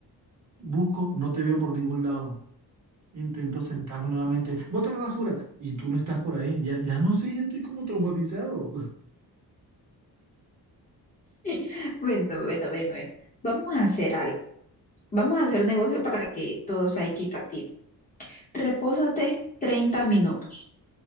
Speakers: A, on the right; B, on the left.
A: Busco, no te veo por ningún lado. Intento sentarme nuevamente. Bota la basura. Y tú no estás por ahí. Ya, ya no sé, ya estoy como traumatizado.
B: <laughs> Bueno, bueno, bueno, bueno. Vamos a hacer algo. Vamos a hacer negocio para que todo sea equitativo. Repósate 30 minutos.